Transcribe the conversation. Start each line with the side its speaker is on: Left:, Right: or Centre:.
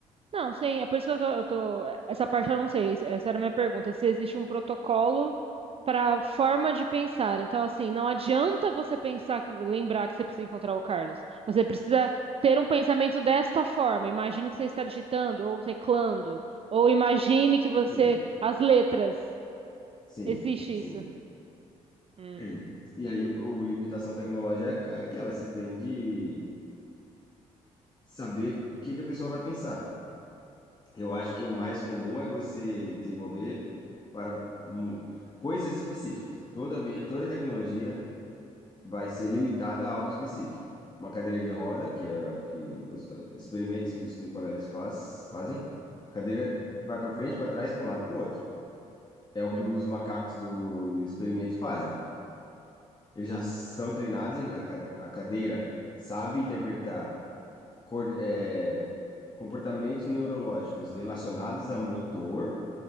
Right: Não, sim, é por isso que eu tô, eu tô- Essa parte eu não sei. Essa era a minha pergunta. Se existe um protocolo para forma de pensar. Então, assim, não adianta você pensar que lembrar que você precisa encontrar o Carlos. Você precisa ter um pensamento desta forma. Imagine que você está digitando ou teclando, ou imagine que você
Left: Sim,
Right: as letras.
Left: sim,
Right: Existe
Left: sim.
Right: isso. Hum.
Left: É. E aí, o, o limitação tecnológica é aquela, você tem de saber o que que a pessoa vai pensar. Eu acho que o mais comum é você desenvolver para mu- coisas específicas. Toda vez, toda tecnologia vai ser limitada a algo específico. Uma cadeira de roda, que é o que os eh, experimentos dos Nicoleles faz, fazem, cadeira vai para frente, para trás, para um lado, para o outro. É o
Right: Uhum.
Left: que os macacos do experimento fazem. Eles já são treinados, ele- a, ca- a cadeira sabe interpretar cor- é, comportamentos neurológicos relacionados a motor,